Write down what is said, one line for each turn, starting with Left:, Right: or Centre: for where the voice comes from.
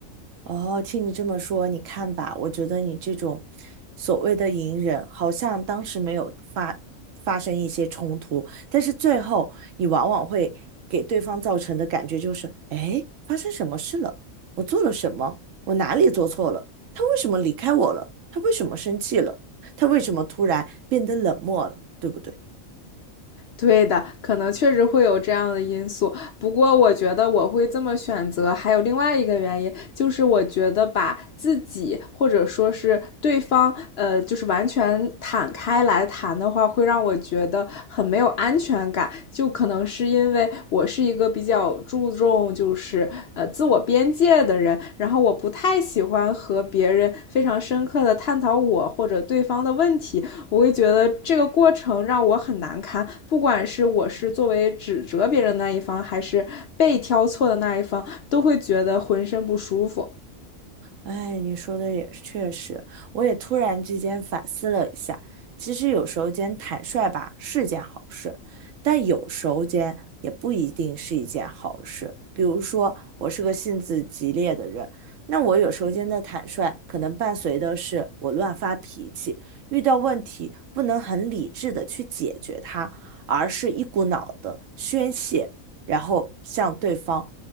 Right: 哦，听你这么说，你看吧，我觉得你这种所谓的隐忍，好像当时没有发发生一些冲突，但是最后你往往会给对方造成的感觉就是，哎，发生什么事了？我做了什么？我哪里做错了？他为什么离开我了？他为什么生气了？他为什么突然变得冷漠了？对不对？
Left: 对的，可能确实会有这样的因素。不过，我觉得我会这么选择，还有另外一个原因，就是我觉得把自己或者说是对方，呃，就是完全坦开来谈的话，会让我觉得很没有安全感。就可能是因为我是一个比较注重就是呃自我边界的人，然后我不太喜欢和别人非常深刻的探讨我或者对方的问题，我会觉得这个过程让我很难堪，不管是我是作为指责别人的那一方，还是被挑错的那一方，都会觉得浑身不舒服。
Right: 哎，你说的也是确实，我也突然之间反思了一下，其实有时候间坦率吧是件好事，但有时候间也不一定是一件好事。比如说，我是个性子急烈的人，那我有时候间的坦率，可能伴随的是我乱发脾气，遇到问题不能很理智的去解决它，而是一股脑的宣泄。然后向对方